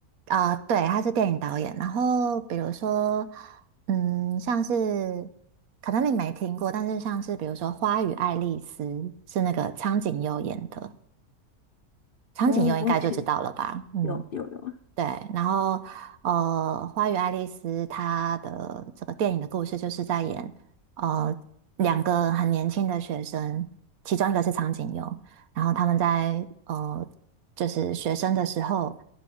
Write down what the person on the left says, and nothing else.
哦，我有听，
有有有，